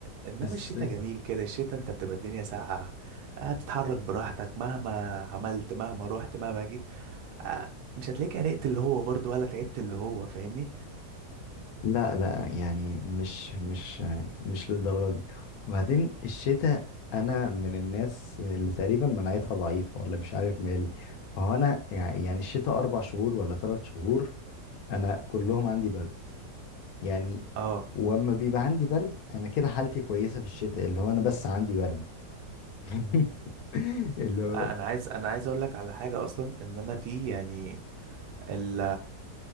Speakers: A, on the right; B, on the left.
A: انما
B: بس
A: الشتاء جميل كده الشتاء انت بتبقى الدنيا ساقعة هتتحرك براحتك مهما عملت مهما رحت مهما جيت آه، مش هتلاقيك عرقت اللي هو برضو ولا تعبت اللي هو فاهمني
B: لا لا يعني مش مش مش للدرجة دي وبعدين الشتاء أنا من الناس اللي تقريبا مناعتها ضعيفة ولا مش عارف مالي فهو أنا يع- يعني الشتاء أربع شهور ولا ثلاث شهور أنا كلهم عندي برد يعني
A: اه
B: واما بيبقى عندي برد أنا كده حالتي كويسة في الشتاء اللي هو أنا بس عندي برد <laughs> اللي هو
A: آه، انا عايز انا عايز اقول لك على حاجة اصلا ان انا في يعني ال